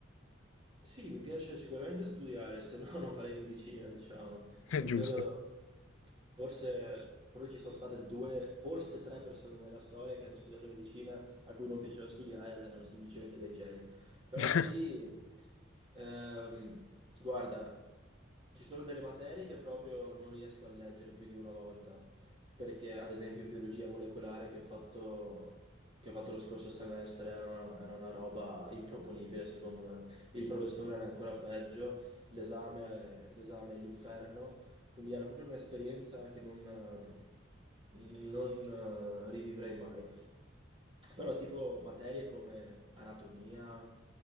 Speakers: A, on the right (about 25°); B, on the left (about 80°).
A: Sì, mi piace sicuramente studiare, se no <laughs> non farei medicina, diciamo.
B: È
A: Non
B: giusto.
A: credo, forse, forse ci sono state due, forse tre persone nella storia che hanno studiato medicina a cui non piaceva studiare ed erano semplicemente dei geni. Però
B: <laughs>
A: sì, ehm, guarda, ci sono delle materie che proprio non riesco a leggere più di una volta, perché ad esempio biologia molecolare che ho fatto, che ho fatto lo scorso semestre era una, era una roba improponibile secondo me. Il professore era ancora peggio, l'esame, l'esame è l'inferno, quindi era proprio un'esperienza che non, eh, non eh, rivivrei mai. Però tipo materie come anatomia,